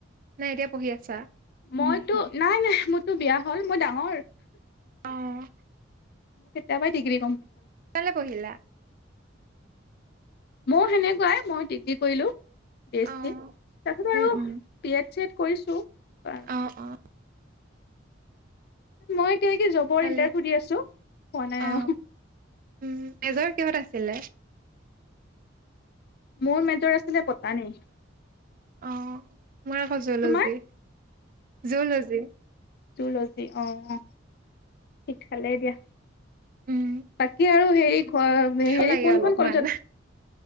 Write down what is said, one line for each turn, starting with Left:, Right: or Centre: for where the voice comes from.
Right: নে এতিয়া পঢ়ি আছা?
Left: মইতো নাই নাই মোৰতো বিয়া হ'ল মই ডাঙৰ।
Right: অ',
Left: কেতিয়াবাই ডিগ্ৰী কম্প
Right: <unintelligible> পঢ়িলা?
Left: মই সেনেকোৱাই মই ডিগ্ৰী কৰিলোঁ, বি এছ
Right: অ
Left: চি, তাৰপিছত
Right: উম
Left: আৰু,
Right: উম
Left: বি এড চি এড কৰিছোঁ। আৰু
Right: অ', অ,
Left: মই এতিয়া-এতিয়া জবৰ
Right: ভালে
Left: ইন্টাৰভিউ দি আছোঁ, পোৱা নাই
Right: অ
Left: আৰু।
Right: উম মেজৰ কিহত আছিলে?
Left: মোৰ মেজৰ আছিলে বটানী।
Right: অ', মই আকৌ জুঅ'লজি,
Left: তোমাৰ
Right: জুঅ'লজি।
Left: জুঅ'জী অ, অ, সি খালে দিয়া,
Right: উম
Left: বাকী আৰু অ',
Right: ভাল
Left: হেৰি
Right: লাগে
Left: কোনখন
Right: অলপমান
Left: কলেজত